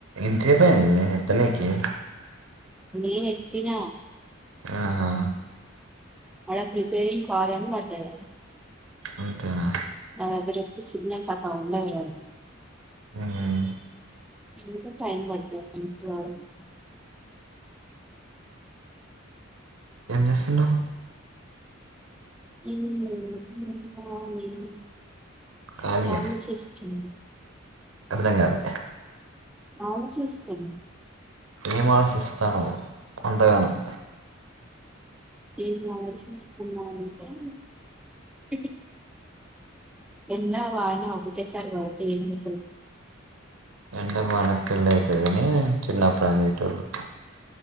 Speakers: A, on the right; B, in the centre.
A: ఎంచేపైంది మి ఎత్తనీకి
B: నేనెత్తినా
A: ఆహా
B: ఆడ preparing call అని పడ్డదాడ
A: అంతేనా
B: ఆ ఇక చెప్పు సిగ్నల్ సక్క ఉండ <inaudible>
A: మ్మ్
B: ఇంకా టైం పడుత <unintelligible>
A: ఎం చేస్తున్నావ్
B: ఏం లేదు <unintelligible>
A: ఖాళీయా
B: వాళ్ళే చేస్తుంది
A: అర్థం కాలే
B: అవును చేస్తున్
A: ఏం ఆలోసిస్తానావ్ అంతగానం
B: ఏం ఆలోచిస్తున్నా ఆంటే <inaudible> ఎండ వాన ఒకటే సారి బడుతే ఏం <inaudible>
A: ఎండకు వానకు పెళ్ళైతదని చిన్నప్పుడనేటోళ్ళు